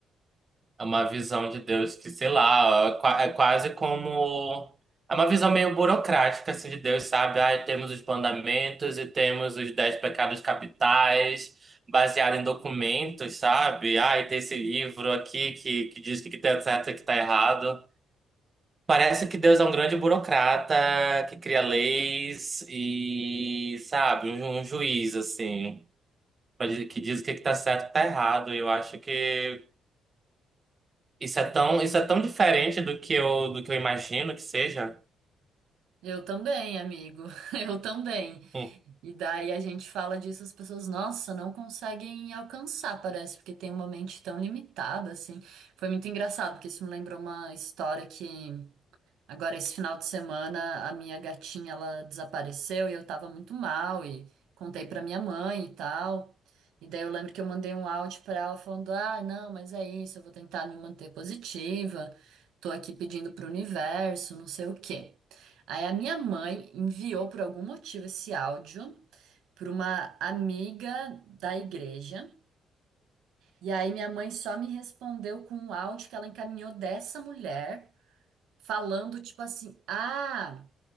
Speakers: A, on the right (about 35°); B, on the right (about 85°).
A: É uma visão de Deus que, sei lá, é qua- é quase como. É uma visão meio burocrática assim, de Deus, sabe? Ah, temos os mandamentos e temos os dez pecados capitais, baseado em documentos, sabe? Ah, e tem esse livro aqui que, que diz o que que tá certo e o que tá errado. Parece que Deus é um grande burocrata que cria leis e, sabe, um, um juiz, assim, pra di- que diz o que que tá certo e o que tá errado. E eu acho que isso é tão, isso é tão diferente do que eu, do que eu imagino que seja.
B: Eu também, amigo. <laughs> Eu também.
A: Hum.
B: E daí a gente fala disso, as pessoas, nossa, não conseguem alcançar, parece, porque tem uma mente tão limitada, assim. Foi muito engraçado, porque isso me lembrou uma história que Agora, esse final de semana, a minha gatinha, ela desapareceu e eu tava muito mal e contei pra minha mãe e tal. E daí eu lembro que eu mandei um áudio pra ela falando: "Ah, não, mas é isso, eu vou tentar me manter positiva. Tô aqui pedindo pro universo, não sei o quê". Aí a minha mãe enviou por algum motivo esse áudio pra uma amiga da igreja. E aí minha mãe só me respondeu com um áudio que ela encaminhou dessa mulher, falando tipo assim: "Ah,